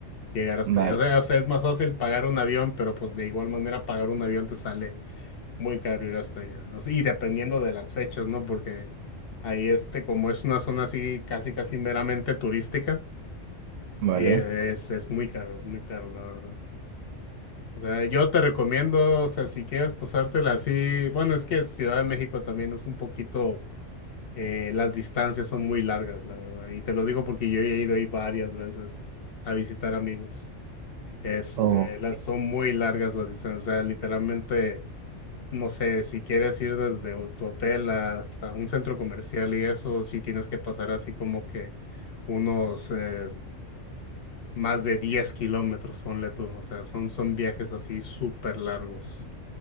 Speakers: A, on the left (about 55°); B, on the right (about 80°).
A: llegar hasta
B: Vale,
A: allá. O sea, o sea, es más fácil pagar un avión, pero pues de igual manera pagar un avión te sale muy caro ir hasta allá. O sea, Y dependiendo de las fechas, ¿no? Porque ahí este, como es una zona así casi casi meramente turística,
B: vale.
A: eh, es, es muy caro, es muy caro, la verdad. O sea, yo te recomiendo, o sea, si quieres pasártela así, bueno, es que Ciudad de México también es un poquito, eh, las distancias son muy largas, la verdad. Y te lo digo porque yo he ido ahí varias veces a visitar amigos. Este,
B: Oh,
A: las son muy largas las distancias, o sea, literalmente no sé, si quieres ir desde u- tu hotel hasta un centro comercial y eso, sí tienes que pasar así como que unos eh, más de 10 kilómetros, ponle tú. O sea, son, son viajes así súper largos.